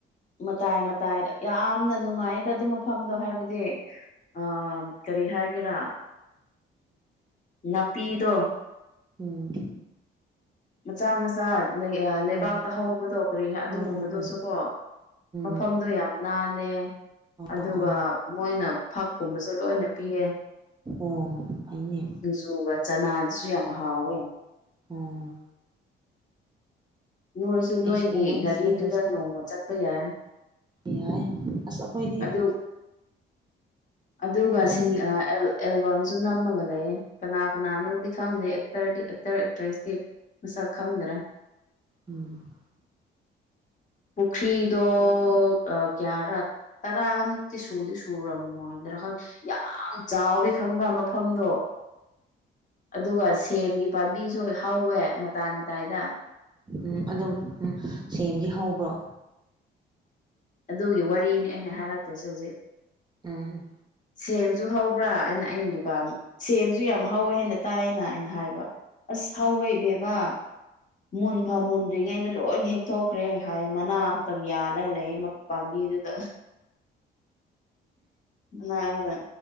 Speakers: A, on the left; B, on the right.
A: ꯃꯇꯥꯏ ꯃꯇꯥꯏꯗ ꯌꯥꯝꯅ ꯅꯨꯡꯉꯥꯏꯗ ꯑꯗꯨ ꯃꯐꯝꯗꯣ ꯍꯥꯏꯕꯗꯤ ꯑ ꯀꯔꯤ ꯍꯥꯏꯒꯦꯔꯥ ꯑꯥ ꯅꯥꯄꯤꯗꯣ
B: ꯑꯝ
A: ꯃꯆꯥ ꯃꯆꯥꯥ
B: ꯍꯣꯏ
A: ꯂꯩꯕꯥꯛꯇ
B: ꯍꯣꯏ
A: ꯍꯧꯕꯗꯣ ꯀꯔꯤ ꯑꯗꯨꯒꯨꯝꯕꯗꯨꯁꯨ
B: ꯎꯝ ꯎꯝ ꯎꯝ
A: ꯀꯣ ꯃꯐꯝꯗꯣ
B: ꯎꯝ
A: ꯌꯥꯝ ꯅꯥꯜꯂꯦ ꯑꯗꯨꯒ
B: ꯑꯣ ꯑꯣ
A: ꯃꯣꯏꯅ ꯐꯛꯀꯨꯝꯕꯁꯨ ꯂꯣꯏꯅ ꯄꯤꯌꯦ
B: ꯑꯣ ꯐꯩꯅꯦ
A: ꯑꯗꯨꯒ ꯆꯅꯥꯁꯨ ꯌꯥꯝ ꯍꯥꯎꯋꯦ
B: ꯎꯝ
A: ꯅꯣꯏꯁꯨ ꯅꯣꯏꯒꯤ
B: ꯑꯩꯁꯨ ꯎꯋꯦ ꯏꯁꯇꯦꯇꯁꯇ
A: ꯒꯥꯔꯤꯗꯨꯗ ꯅꯣꯡꯃ ꯆꯠꯄ ꯌꯥꯏ
B: ꯌꯥꯏ ꯑꯁ ꯑꯩꯈꯣꯏꯗꯤ
A: ꯑꯗꯨ ꯑꯗꯨꯒ
B: ꯀꯗꯥꯏꯗꯒꯤ
A: ꯁꯤ ꯑꯦꯜꯕꯥꯝꯁꯨ ꯅꯝꯃꯒ ꯂꯩꯌꯦ ꯀꯅꯥ ꯀꯅꯥꯅꯣꯗꯤ ꯈꯪꯗꯦ ꯑꯦꯛꯇꯔꯗꯤ ꯑꯦꯛꯇꯔ ꯑꯦꯛꯇ꯭ꯔꯦꯁꯇꯤ ꯃꯁꯛ ꯈꯪꯗ꯭ꯔꯦ
B: ꯎꯝ
A: ꯄꯨꯈꯔꯤꯗꯣ ꯀꯌꯥꯔꯥ ꯇꯥꯔꯥ ꯃꯨꯛꯇꯤ ꯁꯨꯗꯤ ꯁꯨꯔꯝꯃꯣꯢꯗ꯭ꯔ ꯈꯪꯗꯦ ꯌꯥꯝ ꯆꯥꯎꯋꯤ ꯈꯪꯕ꯭ꯔ ꯃꯐꯝꯗꯣ ꯑꯗꯨꯒ ꯁꯦꯝꯒꯤ ꯄꯥꯝꯕꯤꯁꯨ ꯍꯍꯧꯋꯦ ꯃꯇꯥꯏ ꯃꯇꯥꯏꯗ
B: ꯎꯝ ꯑꯗꯨꯝ ꯎꯝ ꯁꯦꯝꯗꯤ ꯍꯧꯕ꯭ꯔꯣ
A: ꯑꯗꯨꯒꯤ ꯋꯥꯔꯤꯅꯤ ꯑꯩꯅ ꯍꯥꯏꯔꯛꯇꯣꯏꯁꯦ ꯍꯧꯖꯤꯛ
B: ꯎꯝ
A: ꯁꯦꯝꯁꯨ ꯍꯧꯕ꯭ꯔꯥ ꯑꯩꯅ ꯑꯩꯅ ꯗꯨꯀꯥꯟ ꯁꯦꯝꯁꯨ ꯌꯥꯝ ꯍꯧꯋꯦ ꯍꯥꯏꯅ ꯇꯥꯏꯅ ꯑꯩꯅ ꯍꯥꯏꯕ ꯑꯁ ꯍꯥꯎꯋꯦ ꯏꯕꯦꯝꯃ ꯃꯨꯟꯐꯝ ꯃꯨꯟꯗ꯭ꯔꯤꯉꯩꯗ ꯂꯣꯏ ꯍꯦꯛꯊꯣꯛꯈ꯭ꯔꯦ ꯍꯥꯏ ꯃꯅꯥ ꯈꯛꯇꯪ ꯌꯥꯜꯂꯦ ꯂꯩꯌꯦꯃ ꯄꯥꯝꯕꯤꯗꯨꯗ ꯃꯅ ꯉꯥꯛꯇ